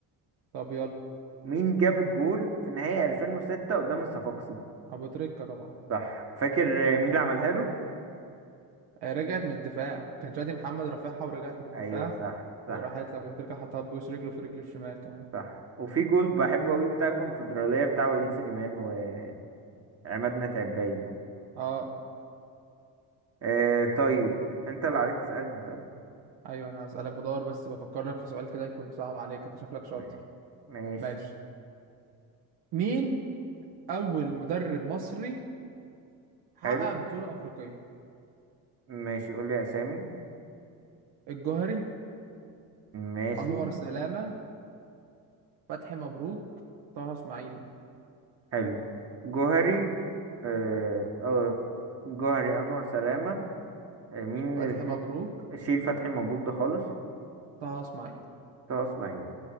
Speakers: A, on the right; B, on the right.
A: طب يلا
B: مين جاب الجول في نهائي 2006 قدام الصفاقسي
A: ابو تريكة طبعا
B: صح فاكر مين اللي عملها له
A: آه، رجعت من الدفاع كان شادي محمد رافعها ورجعت من الدفاع
B: ايوه صح صح
A: وراحت لابو تريكة حطها بوش رجله في رجله الشمال كمان
B: صح وفي جول بحبه قوي بتاع الكونفدرالية بتاع وليد سليمان وعماد متعب باين
A: اه
B: آه طيب انت اللي عليك تسألني طيب
A: ايوه انا هسألك بدور بس بفكر لك في سؤال كده يكون صعب عليك انت شكلك شاطر
B: ماشي ماشي
A: ماشي مين اول مدرب مصري حقق
B: حلو
A: بطولة افريقية
B: ماشي قول لي اسامي
A: الجوهري
B: ماشي
A: انور سلامة فتحي مبروك طه اسماعيل
B: حلو جوهري آه آه، جوهري أنور سلامة آه، مين
A: فتحي
B: الاتنين
A: مبروك
B: شيل فتحي مبروك ده خالص
A: طه اسماعيل
B: طه اسماعيل